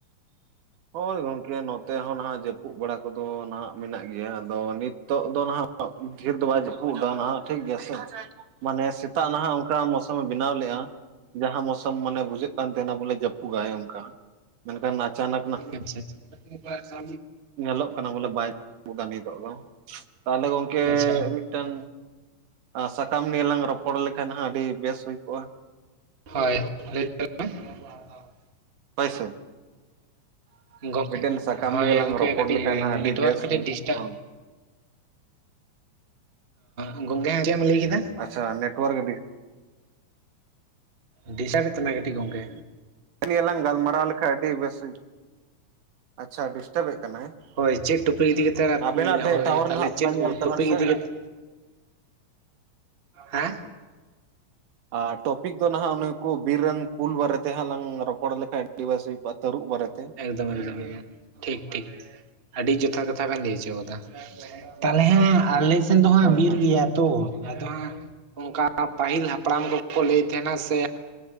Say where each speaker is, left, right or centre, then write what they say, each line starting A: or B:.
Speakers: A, on the right; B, on the right.
A: ᱦᱳᱭ ᱜᱚᱝᱠᱮ ᱱᱚᱛᱮ ᱦᱚᱸ ᱱᱟᱦᱟᱸᱜ ᱡᱟᱹᱯᱩᱫ ᱵᱟᱲᱟ ᱠᱚᱫᱚ ᱱᱷᱟᱜ ᱢᱮᱱᱟᱜ ᱜᱮᱭᱟ, ᱟᱫᱚ ᱱᱤᱛᱚᱜ ᱫᱚ ᱦᱟᱸᱜᱼᱼ ᱱᱛᱜ ᱰᱷᱮᱨ ᱫᱚ ᱵᱟᱭ ᱡᱟᱹᱯᱩᱫ ᱮᱫᱟ ᱱᱷᱟᱜ ᱴᱷᱤᱠ ᱜᱮᱭᱟ᱾ ᱢᱟᱱᱮ ᱥᱮᱛᱟᱜ ᱱᱷᱟᱜ ᱚᱱᱠᱟ ᱢᱳᱥᱟᱢ ᱮ ᱵᱮᱱᱟᱣ ᱞᱮᱜ-ᱟ᱾ ᱡᱟᱦᱟᱸ ᱢᱳᱥᱳᱢ ᱢᱟᱱᱮ ᱵᱩᱡᱷᱟᱹᱜ ᱠᱟᱱ ᱛᱟᱦᱮᱸᱱᱟ ᱵᱚᱞᱮ ᱡᱟᱹᱯᱩᱫᱟᱭ ᱚᱱᱠᱟ ᱢᱮᱱᱠᱷᱟᱱ ᱟᱪᱟᱱᱟᱼᱼ
B: ᱟᱪᱪᱷᱟ-ᱟᱪᱪᱷᱟᱼᱼ
A: ᱧᱮᱞᱚᱜ ᱠᱟᱱᱟ ᱵᱚᱞᱮ <inaudible> ᱱᱤᱛᱚᱜ ᱫᱚ ᱛᱟᱦᱚᱞᱮ ᱜᱚᱝᱠᱮᱻ
B: ᱟᱪᱪᱷᱟ
A: ᱢᱤᱫᱴᱟᱹᱝᱼᱼ ᱟᱸ ᱥᱟᱠᱟᱢ ᱱᱤᱭᱮ ᱞᱟᱝ ᱨᱚᱯᱚᱲ ᱞᱮᱠᱷᱟᱱ ᱦᱚᱸ ᱟᱹᱰᱤ ᱵᱮᱥ ᱦᱩᱭ ᱠᱚᱜ-ᱟ᱾
B: ᱦᱳᱭ ᱞᱟᱹᱭ ᱢᱮ ᱢᱟᱼᱼ
A: ᱦᱳᱭ ᱥᱮ,
B: ᱫᱟᱞᱤᱧ ᱜᱚᱢᱠᱮ
A: ᱢᱤᱫᱴᱮᱱ ᱥᱟᱠᱟᱢ
B: ᱦᱳᱭ
A: ᱱᱤᱭᱮ ᱞᱟᱝ
B: ᱜᱚᱢᱠᱮ
A: ᱨᱚᱯᱚᱲ
B: ᱠᱟᱹᱴᱤᱡ
A: ᱞᱮᱠᱷᱟᱱ ᱟᱹᱰᱤ
B: ᱱᱮᱴᱣᱟᱨᱠ
A: ᱵᱮᱥ
B: ᱠᱟᱹᱴᱤᱡ
A: ᱦᱩᱭ
B: ᱰᱤᱥᱴᱟᱵ
A: ᱦᱚᱸᱼᱼ
B: ᱮᱸ ᱜᱚᱝᱠᱮ ᱮᱱᱝ ᱪᱮᱫ ᱮᱢ ᱞᱟᱹᱭ ᱠᱮᱫᱟ?
A: ᱟᱪᱪᱷᱟ ᱱᱮᱴᱚᱣᱟᱨᱠ ᱜᱮ ᱰᱤᱼᱼ
B: ᱰᱤᱥᱴᱟᱵᱮᱫ ᱛᱟᱢᱟᱭ ᱠᱟᱹᱴᱤᱡ ᱜᱚᱢᱠᱮ᱾
A: ᱱᱮᱜᱮ ᱱᱤᱭᱟᱹᱞᱟᱝ ᱜᱟᱞᱢᱟᱨᱟᱣ ᱞᱮᱠᱷᱟᱡ ᱟᱹᱰᱤ ᱵᱮᱥ ᱦᱩᱭᱩᱜ, ᱟᱪᱪᱷᱟ ᱰᱤᱥᱴᱟᱵᱮᱫ ᱠᱟᱱᱟᱭ?
B: ᱦᱳᱭ ᱪᱮᱫ ᱴᱚᱯᱤᱠ ᱤᱫᱤ ᱠᱟᱛᱮ
A: ᱟᱵᱮᱱᱟᱜ
B: <inaudible>
A: ᱴᱷᱮᱡ
B: ᱦᱳᱭ
A: ᱴᱟᱣᱟᱨ
B: ᱛᱟᱦᱚᱞᱮ
A: ᱱᱟᱦᱟᱜ
B: ᱪᱮᱫ
A: ᱛᱷᱚᱲᱟ ᱧᱮᱞ ᱛᱟᱵᱮᱱ
B: ᱴᱚᱯᱤᱠ
A: ᱥᱮ
B: ᱤᱫᱤ ᱠᱟᱛᱮᱼᱼ ᱦᱮᱸ
A: ᱟᱨ ᱴᱚᱯᱤᱠ ᱫᱚ ᱱᱷᱟᱜ ᱮᱱᱮ ᱩᱱᱠᱩ ᱵᱤᱨ ᱨᱮᱱᱼᱼ ᱠᱩᱞ ᱵᱟᱨᱮᱛᱮ ᱦᱟᱸᱜ ᱞᱟᱝ ᱨᱚᱯᱚᱲ ᱞᱮᱠᱷᱟᱡ ᱟᱹᱰᱤ ᱵᱮᱥ ᱦᱩᱭ ᱠᱚᱜ-ᱟ ᱛᱟᱹᱨᱩᱵ ᱵᱟᱨᱮᱛᱮ᱾
B: ᱫᱚᱢᱮ ᱫᱚᱢᱮᱞ ᱴᱷᱤᱠᱼᱴᱷᱤᱠ ᱟᱹᱰᱤ ᱡᱚᱛᱷᱟᱛ ᱠᱟᱛᱷᱟ ᱵᱮᱱ ᱞᱟᱹᱭ ᱦᱚᱪᱚ ᱟᱠᱟᱫᱟ᱾ ᱛᱟᱦᱚᱞᱮ ᱦᱟᱸᱜ ᱟᱞᱮ ᱥᱮᱱ ᱫᱚ ᱦᱟᱸᱜ
A: ᱦᱳᱭ
B: ᱵᱤᱨ
A: ᱦᱳᱭ
B: ᱜᱮᱭᱟ ᱛᱚ, ᱟᱫᱚ ᱦᱟᱸᱜᱼᱼ ᱚᱱᱠᱟ ᱯᱟᱹᱦᱤᱞ ᱦᱟᱯᱲᱟᱢ ᱠᱚᱠᱚ ᱞᱟᱹᱭ ᱛᱟᱦᱮᱸᱱᱟ ᱥᱮᱼᱼ